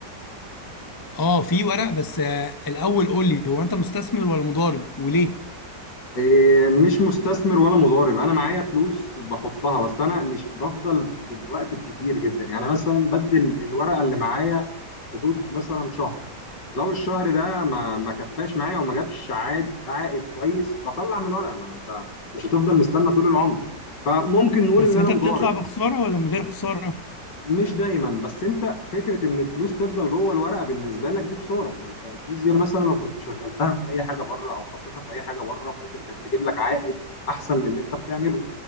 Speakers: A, on the left; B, on the left.
A: اه في ورق بس آه، الاول قول لي هو انت مستثمر ولا مضارب وليه
B: إيه، مش مستثمر ولا مضارب انا معايا فلوس بحطها بس انا مش بفضل بالوقت الكتير جدا يعني مثلا بدل الورقه اللي معايا حدود مثلا شهر لو الشهر ده ما ما كفاش معايا وما جابش عائد عائد كويس بطلع من الورقه ما انت مش هتفضل مستنى طول العمر فممكن نقول
A: بس
B: ان انا
A: انت
B: مضارب
A: بتطلع بخسارة ولا من غير خسارة
B: مش دايما بس انت فكره ان الفلوس تفضل جوه الورقه بالنسبه لك دي خساره ما انت الفلوس دي مثلا لو كنت شغلتها في اي حاجه بره او حطيتها في اي حاجه بره ممكن كانت تجيب لك عائد احسن من اللي انت بتعمله